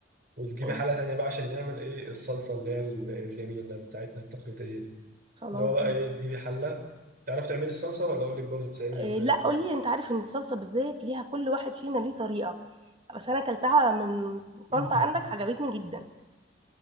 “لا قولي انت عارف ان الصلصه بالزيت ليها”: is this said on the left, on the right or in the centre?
Right